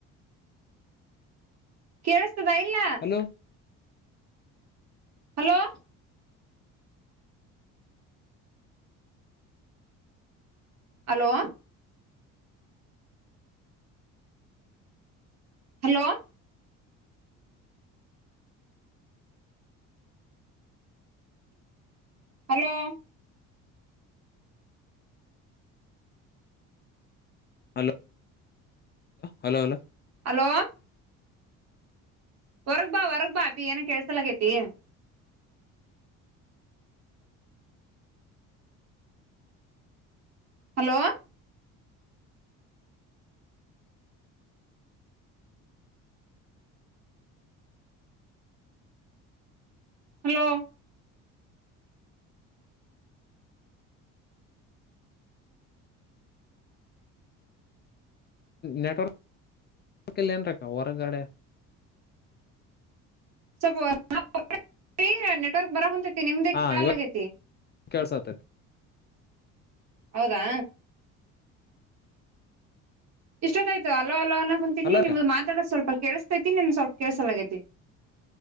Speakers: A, on the right; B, on the left.
A: ಕೇೇಳಿಸ್ತದ ಇಲ್ಲ?
B: Hello
A: hello hello hello hello
B: hello hello hello
A: hello ಹೊರ್ಗ್ ಬಾ ಹೊರ್ಗ್ ಬಾ ಅಪಿ ಏನ ಕೇಳ್ಸಲಕೈತಿ. ಹಲೋ ಹಲೋ
B: ನೆಟ್ವರ್ಕ್ ಬರಕಿಲ್ರಕ್ಕ ಹೊರಗಡೆ
A: ಸ್ವಲ್ಪ <unintelligible> ನೆಟ್ವರ್ಕ್ ಬರಂತ. ನಿಮ್ದೇ
B: ಹಾ
A: ಕೇಳಲಾಗೈತಿ.
B: ಇವಾಗ ಕೇಳ್ಸತೈತಿ
A: ಹೌದಾ ಇಷ್ಟೊತ್ತಾಯ್ತು ಹಲೋ ಹಲೋ ಅನ್ನಕುಂತೀನಿ
B: ಹಲೋಕ್ಕ
A: ನಿಮ್ದು ಮಾತಾಡೋದು ಸ್ವಲ್ಪ ಕೇಳಸ್ತೈತಿ ನಿನ್ ಸ್ವಲ್ಪ ಕೇಸಲಾಗೈತಿ.